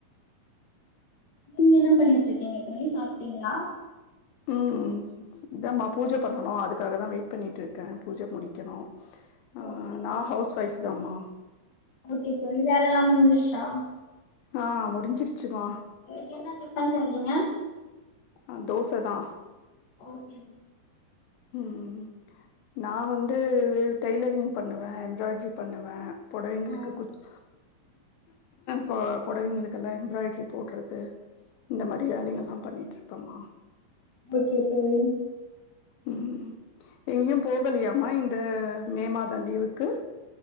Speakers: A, on the left; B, on the left.
A: நீங்க என்ன பண்ணிட்டு இருக்கீங்க தோழி சாப்டீங்களா
B: ம் இதமா பூஜை பண்ணனு அதுக்காகதா வெயிட் பண்ணிட்டு இருக்கே பூஜை முடிக்கணு ஆ
A: ஓகே
B: நா
A: தோழி
B: ஹவுஸ் வைஃப் தாமா
A: ஓகே தோழி வேல எல்லா முடிஞ்சிருச்சா
B: ஆ முடிஞ்சிருச்சிமா
A: இன்னிக்கு என்ன டிபன் செஞ்சீங்க
B: ஆ தோசதா
A: ஓகே
B: ம் நா வந்து டெய்லரிங் பண்ணுவ எம்பிராய்ட்ரி பண்ணுவ புடவைங்களுக்கு
A: ஆ
B: குர்த் கோ புடவைங்களுக்கு எல்லா எம்பிராய்ட்ரி போட்றது இந்த மாரி வேலைங்க எல்லா பண்ணிட்டுருப்பமா
A: ஓகே தோழி
B: ம் எங்கயு போகலயாமா இந்த மே மாத லீவுக்கு